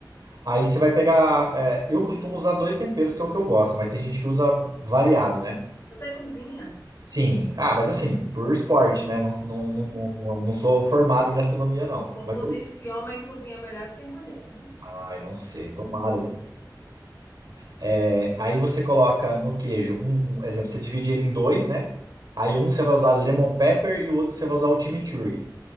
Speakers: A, on the right (about 60°); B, on the left (about 35°).
A: Aí você vai pegar. é, eu costumo usar dois temperos, que é o que eu gosto, mas tem gente que usa variado, né?
B: Você cozinha?
A: Sim. Ah, mas assim, por esporte, né? Não, não, não, não, não sou formado em gastronomia, não.
B: O
A: Mas
B: povo
A: eu-
B: diz que homem cozinha melhor do que mulher, viu?
A: Ai, não sei. Tomara. É, aí você coloca no queijo, um, um exemplo, você divide ele em dois, né? Aí um você vai usar lemon pepper e o outro você vai usar o chimichurri,